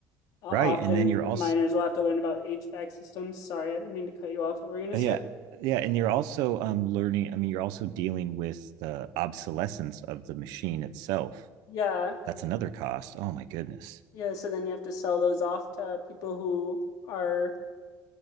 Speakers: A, on the left; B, on the right.
A: Uh, often
B: Right. And then you're also
A: miners will have to learn about HVAC systems. Sorry, I didn't mean to cut you off. What were you gonna
B: yeah.
A: say?
B: Yeah, and you're also um learning, I mean, you're also dealing with the obsolescence of the machine itself.
A: Yeah,
B: That's another cost. Oh my goodness.
A: yeah. So then you have to sell those off to people who are